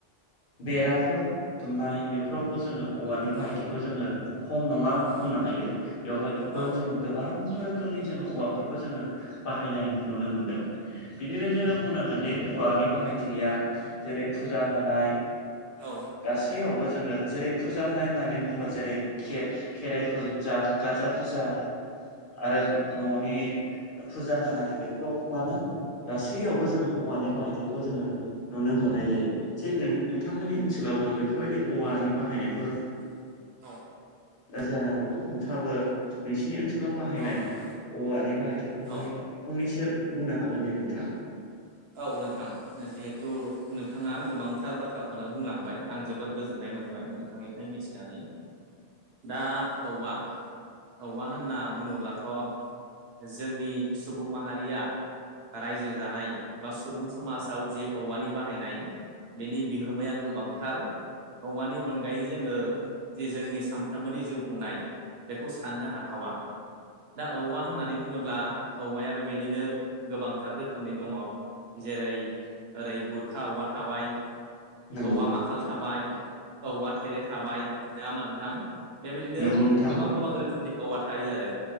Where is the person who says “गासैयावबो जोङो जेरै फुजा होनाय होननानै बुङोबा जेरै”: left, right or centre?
Left